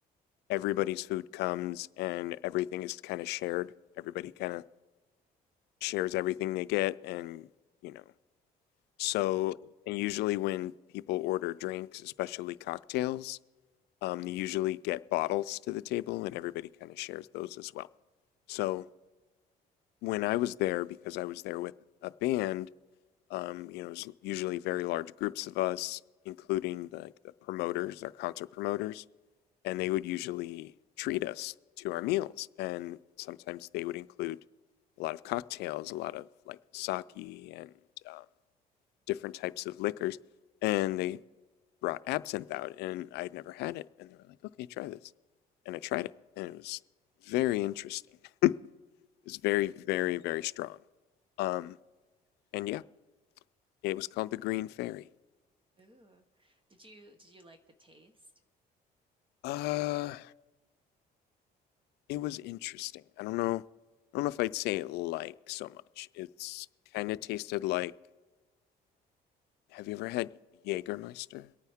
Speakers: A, on the left; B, on the right.
A: everybody's food comes and everything is kind of shared. Everybody kind of shares everything they get, and you know. So, and usually when people order drinks, especially cocktails, um, they usually get bottles to the table, and everybody kind of shares those as well. So when I was there, because I was there with a band, um, you know, it was usually very large groups of us, including like the promoters, our concert promoters and they would usually treat us to our meals. And sometimes they would include a lot of cocktails, a lot of like sake and uh, different types of liquors. And they brought absinthe out, and I'd never had it. And they were like, okay, try this. And I tried it, and it was very interesting. It was very, very, very strong. Um, and yeah, it was called the Green Fairy.
B: Ooh. Did you did you like the taste?
A: Uh, it was interesting. I don't know. I don't know if I'd say it like so much. It's kind of tasted like Have you ever had Jägermeister?